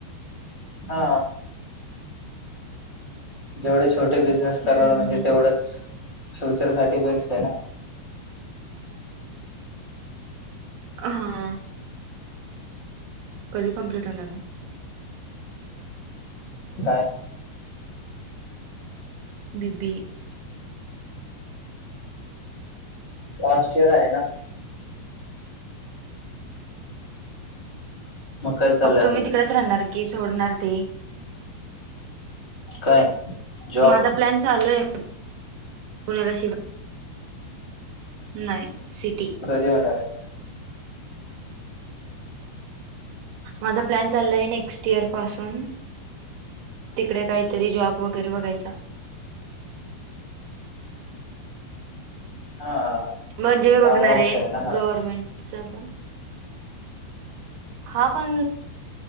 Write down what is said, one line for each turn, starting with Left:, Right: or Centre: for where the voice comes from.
Left: हा जेवढे छोटे बिझनेस
Right: हम्म
Left: करणार म्हणजे. तेवढंच फ्युचर साठी बेस्ट आहे ना.
Right: ह हा. कधी कंप्लीट होणार.
Left: काय?
Right: B B A.
Left: Last year आहे ना. काय चाललंय
Right: मग तुम्ही
Left: अजून
Right: तिकडेच राहणार की सोडणार ते.
Left: काय जॉब
Right: माझा प्लॅन चालू आहे. पुण्याला शि नाही सिटी.
Left: कधी होणार आहे मग.
Right: माझा प्लॅन चालला आहे नेक्स्ट इयर पासून. तिकडे काही तरी जॉब वगैरे बघायचा.
Left: हा.
Right: म्हणजे मी
Left: चांगला
Right: बघणार
Left: ऑप्शन
Right: आहे
Left: ना हा
Right: गव्हर्मेंटच पण. हा पण.